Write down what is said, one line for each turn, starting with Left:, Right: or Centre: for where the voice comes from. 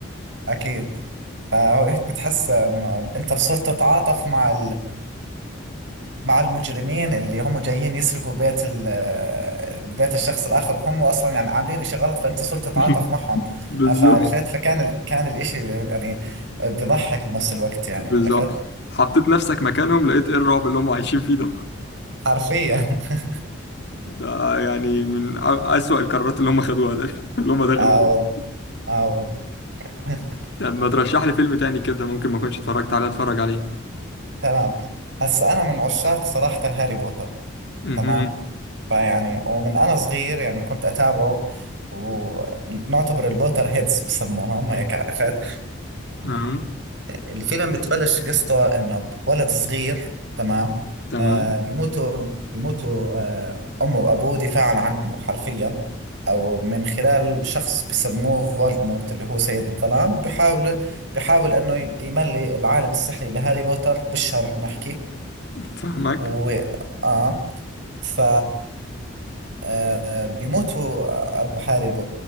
Right: فأكيد فهو هيك بتحس إنه أنت بصرت تتعاطف مع مع المجرمين اللي هم جايين يسرقوا بيت ال بيت الشخص الآخر وهم أصلا يعني عاملين إشي غلط فأنت صرت تتعاطف
Left: <laughs>
Right: معهم
Left: بالظبط
Right: فعرفت فكان ال... كان الإشي يعني بيضحك بنفس الوقت يعني
Left: بالظبط
Right: عرفت
Left: حطيت نفسك مكانهم لقيت ايه الرعب اللي هم عايشين فيه ده
Right: حرفيا <laughs>
Left: ده يعني من أ- أسوأ القرارات اللي هم خدوها ده <laughs> اللي هم دخلوا
Right: آه
Left: فيه
Right: والله آه والله <laughs>
Left: طب ما ترشح لي فيلم تاني كده ممكن ما كنتش اتفرجت عليه اتفرج عليه
Right: تمام هسا أنا من عشاق صراحة هاري بوتر
Left: اها
Right: تمام فيعني ومن أنا صغير يعني كنت أتابعه ونعتبر البوتر هيدز بسموهم هيك عرفت
Left: اها
Right: الفيلم بتبلش قصته انه ولد صغير تمام
Left: تمام
Right: آه بيموتوا بيموتوا آه امه وابوه دفاعا عنه حرفيا او من خلال شخص بسموه فولدمورت اللي هو سيد الظلام بيحاول بيحاول انه ي- يملي العالم السحري لهاري بوتر بالشر نحكي
Left: فاهمك
Right: و اه ف آه بيموتوا اب هاري بو...